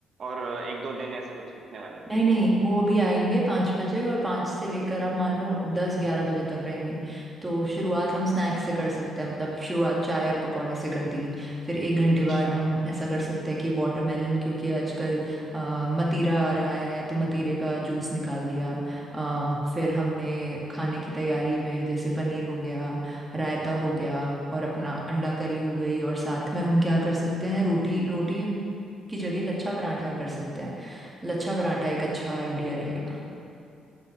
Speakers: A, on the right (about 55°); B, on the right (about 15°).
A: और एक दो दिन ऐसे कुछ रुकने वाले हैं
B: नहीं नहीं वो भी आएंगे पाँच बजे और पाँच से लेकर आप मान लो दस ग्यारह बजे तक रहेंगे तो शुरुआत हम स्नैक्स से कर सकते हैं मतलब शुरुआत चाय और पकौड़े से कर दी फिर एक घंटे
A: अच्छा
B: बाद हम ऐसा कर सकते हैं कि वाटरमेलन क्योंकि आजकल अ, मतीरा आ रहा है तो मतीरे का जूस निकाल दिया अ, फिर हमने खाने की तैयारी में जैसे पनीर हो गया रायता हो गया और अपना अंडा करी हो गई और साथ में हम क्या कर सकते हैं रोटी रोटी की जगह लच्छा पराठा कर सकते हैं लच्छा पराठा एक अच्छा आइडिया रहेगा